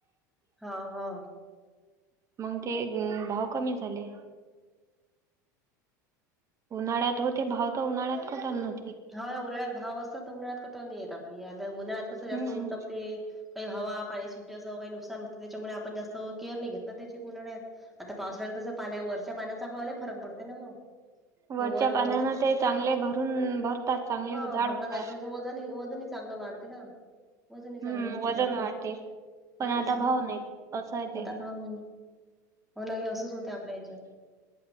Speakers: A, in the centre; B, on the right.
A: हा हा.
B: मग ते भाव कमी झाले. उन्हाळ्यात होते भाव तर उन्हाळ्यात कटल नव्हती.
A: हा उन्हाळ्यात भाव असतात. तर उन्हाळ्या कटुल नाही येत आपण उन्हाळात कसं जास्त
B: हम्म
A: ऊन तापते. काही हवा पाणी सुटे असं काही नुकसान होतं त्याच्यामुळे आपण जास्त केअर नाही घेत ना त्याची उन्हाळ्यात. आता पावसाळ्यात कसं पाण्या वरच्या पाण्याचा खावायला फरक पडते ना मग.
B: वरच्या
A: हे वर
B: पाण्यानं
A: वरून
B: ते चांगले भरून भरतात चांगले
A: हा
B: जाड
A: भरतात
B: होतात.
A: त्याचं आणि वजनही चांगलं वाढते ना वजन चांगलं
B: हम्म
A: होते
B: वजन
A: नाही त्याच.
B: वाढते पण
A: हम्म
B: आता भाव नाहीत. असं आहे ते
A: आता हो ना हे असंच होतं आपल्या ह्याच्यात.